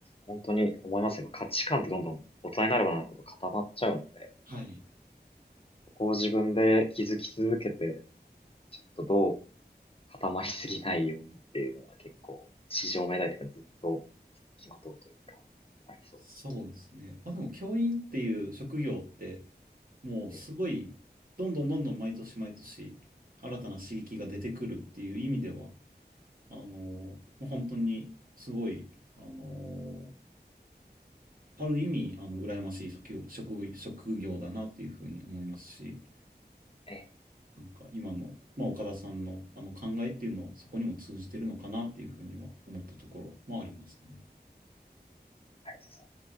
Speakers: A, on the left; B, on the right.
A: 本当に思いますよ。価値観ってどんどん大人になればなるほど固まっちゃうので、
B: はい。
A: ここを自分で気づき続けて、ちょっとどう固まりすぎないようにっていうのは結構、市場命題というかずっと付きまとうというか、ありそうです。
B: そうですね。まあでも、教員っていう職業って、もうすごい、
A: ええ、
B: どんどんどんどん毎年毎年、新たな刺激が出てくるっていう意味では、あの、もう本当にすごい、あの、ある意味、あの、羨ましい職業、職業、職業だなっていうふうに思いますし、
A: ええ、
B: なんか今の、まあ、岡田さんのあの考えっていうのはそこにも通じてるのかなっていうふうには思ったところもありますね。
A: ありがとうございます。